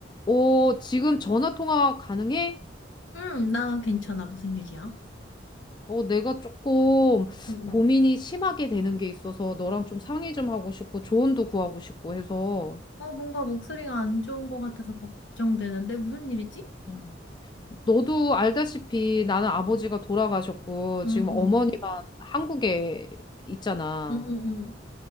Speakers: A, on the left; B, on the left.
A: 어, 지금 전화 통화 가능해?
B: 응, 나 괜찮아. 무슨 일이야?
A: 어, 내가 조금
B: 응, 응.
A: 고민이 심하게 되는 게 있어서 너랑 좀 상의 좀 하고 싶고 조언도 구하고 싶고 해서
B: 어, 뭔가 목소리가 안 좋은 것 같아서 걱정되는데 무슨 일이지?
A: 음. 너도 알다시피 나는 아버지가 돌아가셨고
B: 응,
A: 지금 어머니만
B: 응,
A: 한국에 있잖아.
B: 응, 응, 응,